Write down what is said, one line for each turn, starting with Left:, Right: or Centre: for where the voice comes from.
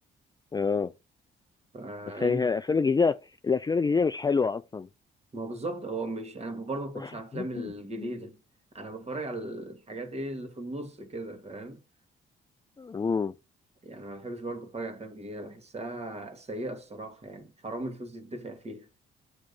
Left: اه
Right: فإن-
Left: بس يعني هي الافلام الجديده الافلام الجديده مش حلوه اصلا
Right: ما هو بالظبط هو مش انا برضه ما بتفرجش
Left: <laughs>
Right: على الافلام الجديده انا بتفرج على الحاجات ايه اللي في النص كده فاهم
Left: مم.
Right: يعني ما بحبش برضه اتفرج على افلام جديده بحسها سيئه الصراحه يعني حرام الفلوس دي تدفع فيها